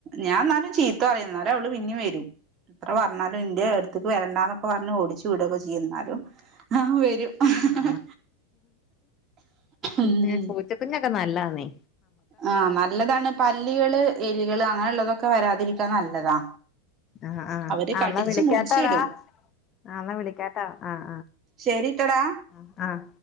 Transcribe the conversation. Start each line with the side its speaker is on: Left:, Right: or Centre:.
Right: ഞാൻ ഇന്നാലും ചീത്ത പറയും. ഇന്നാലു അവള് പിന്നേ വെരും. എത്ര പറഞ്ഞാലും ഇന്റെ അട്ത്ത്ക്ക് വെരണ്ടന്നൊക്കെ പറഞ്ഞ് ഓടിച്ചു വിട് ഒക്കെ ചെയ്യും ഇന്നാലു ആ വെരും ഹ ഹ
Left: ആഹ്
Right: ഹ
Left: പിന്നെ
Right: ഉം
Left: പൂച്ചക്കുഞ്ഞൊക്കെ നല്ലാന്നെ
Right: ആ നല്ലതാണ് പല്ലികള് എലികള് അങ്ങനെ ഇള്ളതൊക്കെ വരാതിരിക്കാൻ നല്ലതാ.
Left: ആഹ്, ആഹ്,
Right: അവര്
Left: ആഹ്
Right: കടിച്ച്
Left: ഇന്നാ വിളിക്കാട്ടാടാ.
Right: മുറിച്ചിടും
Left: ആ ഇന്നാ വിളിക്കാട്ട ആഹ്,
Right: ശരിട്ടടാ
Left: ആഹ്, ആഹ്